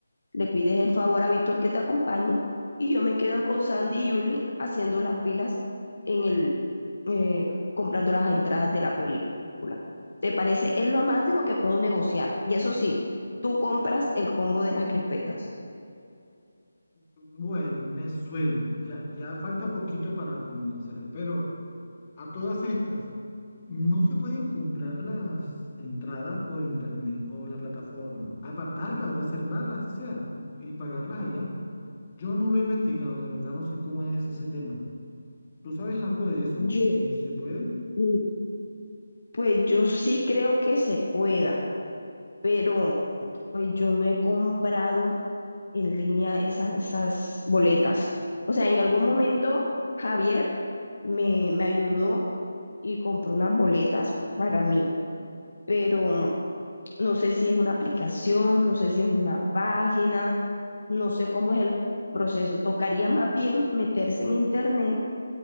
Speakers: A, on the left; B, on the left.
A: le pides el favor a Víctor que te acompañe y yo me quedo con Sandy y Julie haciendo las filas en el eh, comprando las entradas de la película. ¿Te parece? Es lo máximo que puedo negociar. Y eso sí, tú compras el combo de las crispetas.
B: Bueno, me suena, ya, ya falta poquito para convencerme, pero a todas estas, no se pueden comprar las entradas por internet o la plataforma, apartarlas o reservarlas, así sea, y pagarlas allá. Yo no lo he investigado, de verdad no sé cómo es ese tema. ¿Tú sabes algo de eso?
A: Yo,
B: Si se puede.
A: mm, pues yo sí creo que se pueda, pero pues yo no he comprado en línea esas, esas boletas. O sea, en algún momento Javier me, me ayudó y compró unas boletas para mí, pero No sé si es una aplicación, no sé si es una página, no sé cómo es el proceso. Tocaría más bien meterse en internet,